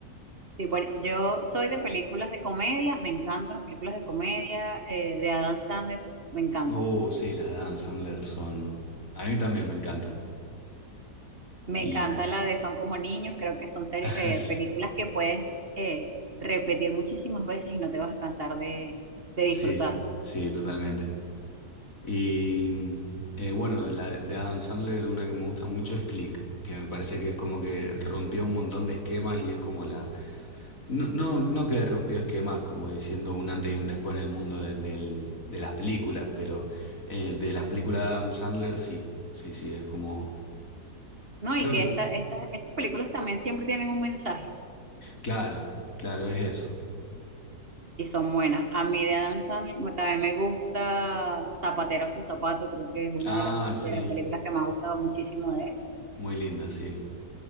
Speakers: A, on the right; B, on the left.
A: Sí, bueno, yo soy de películas de comedia, me encantan las películas de comedia eh, de Adam Sandler, me encantan.
B: Oh, sí, las de Adam Sandler son... A mí también me encantan.
A: Me
B: Y...
A: encanta la de Son como niños, creo que son serie-
B: <laughs>
A: eh, películas que puedes eh, repetir muchísimas veces y no te vas a cansar de, de disfrutarlo,
B: sí, sí, totalmente. Y mm, eh, bueno, la de Adam Sandler, una que me gusta mucho es Click, que me parece que es como que rompió un montón de esquemas y es como la... No, no, no que rompió esquemas, como diciendo un antes y un después en el mundo de, del- de las películas, pero eh, de las películas de Adam Sandler sí, sí, sí, es como...
A: ¿no?
B: Creo
A: Y que
B: que...
A: esta, esta- estas películas también siempre tienen un mensaje
B: Claro, claro, es eso.
A: y son buenas. A mí de Adam Sandler me- también me gusta Zapatero a su zapato, creo que es una
B: Ah,
A: de las,
B: sí,
A: de las películas que me ha gustado muchísimo de él,
B: muy linda, sí.